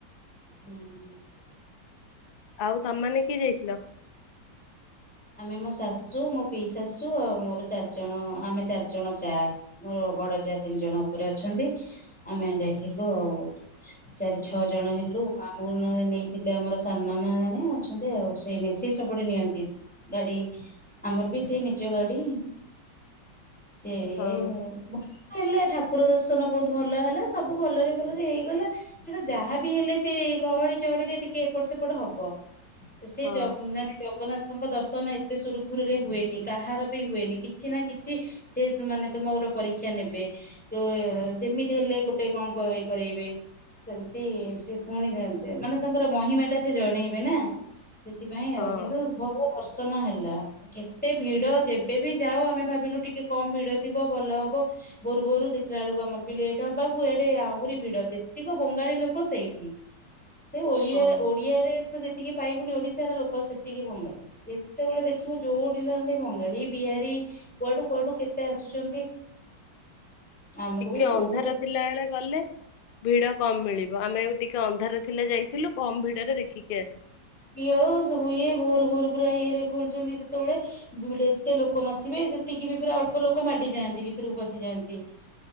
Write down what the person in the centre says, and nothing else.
ହୁଁ, ହୁଁ।
ଆମେ ମୋ ଶାଶୁ, ମୋ ପିଇ ଶାଶୁ ଆଉ ମୋର ଚାରିଜଣ ଆମେ ଚାରିଜଣ ଯା। ମୋର ବଡ ଯା ତିନି ଜଣ ଉପରେ ଅଛନ୍ତି ଆମେ ଯାଇଥିଲୁ ଆଉ। ଚାରି ଛଅ
ଜଣ ହେଲୁ। ମୋ ଆମକୁ ନଏ ନେଇଥିଲେ ଆମର ସାନ ନନା ଜଣେ ଅଛନ୍ତି, ଆଉ ସେ ନେ ସିିଏ ସବୁବେଳେ ନିଅନ୍ତି। ଗାଡି ଆମର ବି ସେଇ ନିଜ ଗାଡି। ସେ
ବୁଲିଲୁ। ହେଲେ ଠାକୁର ଦର୍ଶନ ବହୁତ ଭଲ ହେଲା, ସବୁ ଭଲରେ ଭଲରେ ହେଇଗଲା। ସେଟା ଯାହା ବିି ହେଲେ ସେ ଗହଳି ଚହଳିରେ ଟିକେ ଏପଟ ସେପଟ ହବ। ସେ
ଜ- ମାନେ ଜଗନ୍ନାଥଙ୍କ ଦର୍ଶ ଶନ ଏତେ ସୁରୁଖୁରୁରେ ହୁଏନି, କାହାର ବି ହୁଏନି। କିଛି ନା କିଛି ସିଏ ତ ମାନେ ତୁମୋର ପରୀକ୍ଷା ନେବେ। ତୋ ଯେମିତି ହେଲେ ଗୋଟେ କଣ କଇ କରଇବେ। ସେମିତି ସେ ପୁଣି ମା ମାନେ ତାଙ୍କର ମହିମାଟା ସେ ଜଣେଇବେ ନା। ସେଥିପାଇଁ
ଆଉ କିନ୍ତୁ ଭଲ ଦର୍ଶନ ହେଲା। କେତେ ଭିଡ଼ ଯେବେବି ଯାଉ ଆମେ ଭାବିଲୁ ଟିକେ କମ୍ ଭିଡ଼ ଥିବ ଭଲ ହବ ଭୋର ଭୋରୁ ଦେଖିଲା ବେଳକୁ ଆମରବି ଲେଟ୍ ହବାକୁ ଏଡ଼େ ଆହୁରି ଭିଡ଼ ଯେତିକ ବଙ୍ଗାଳୀ ଲୋକ ସେଇଠି।
ସେ ଓଡିଆ
ଓଡିଆରେତ ଯେତିକି ପାଇବୁନି ଓଡିଶାରେ ଲୋକ ସେତିକି ବଙ୍ଗାଳି। ଯେତେବେଳେ ଦେଖିବୁ ଯୋଉଠି ଥାଆନ୍ତେ ବଙ୍ଗାଳୀ ବିହାରୀ କୁଆଡ଼ୁ କୁଆଡ଼ୁ କେତେ ଆସୁଛନ୍ତି। ଆମକୁ
ବି
ବହୁତ
ଇଅ ସବୁ ଇଏ ଭୋର ଭୋର ପୁରା ଇଏରେ ଖୋଲଚନ୍ତି ଯେତେବେଳେ ବୁ ଏତେ ଲୋକ ନଥିବେ ସେତିକିବି ପୁରା ଅଳ୍ପ ଲୋକ ମାଡିଯାଆନ୍ତି ଭିତରକୁ ପସିଯାଆନ୍ତି।